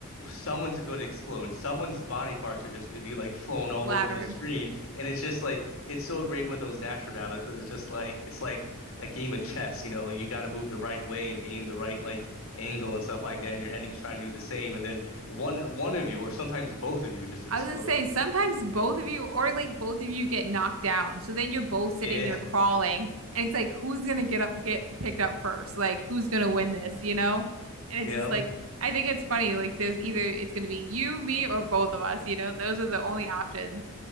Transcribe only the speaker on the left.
someone's going to explode. Someone's body parts are just going to be like flown all
over the screen, and it's just like it's so great with those Nasher battles because it's just like it's like a game of chess, you know, you got to move the right way and aim the right like angle and stuff like that, and your enemy's trying to do the same, and then one one of you or sometimes both of you just explode.
Yeah.
Yeah,